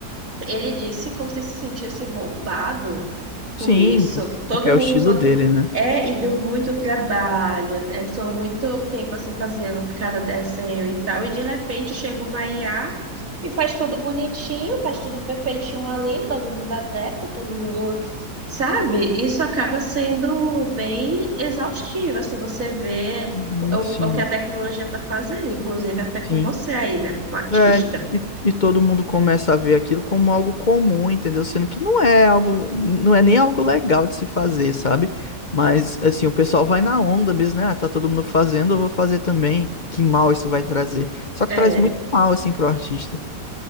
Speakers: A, on the right; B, on the left.
A: ele disse como se se sentisse roubado. com
B: Sim,
A: isso,
B: por-
A: que todo
B: porque
A: mundo
B: é o estilo
A: usando.
B: dele, né?
A: É, e deu muito trabalho, né? Estou muito tempo assim fazendo cada desenho e tal, e de repente chega uma IA e faz tudo bonitinho, faz tudo perfeitinho ali, todo mundo adepto, todo mundo. Sabe? Isso acaba sendo bem exaustivo, assim, você vê
B: Uhum,
A: o,
B: sim,
A: o que a tecnologia está fazendo, inclusive até com
B: sim.
A: você aí, né? Com o artista.
B: É, e, e todo mundo começa a ver aquilo como algo comum, entendeu? Sendo que não é algo, não é nem algo legal de se fazer, sabe? Mas assim, o pessoal vai na onda mesmo, né? Ah, tá todo mundo fazendo, eu vou fazer também. Que mal isso vai trazer. Só
A: É.
B: que traz muito mal assim pro artista.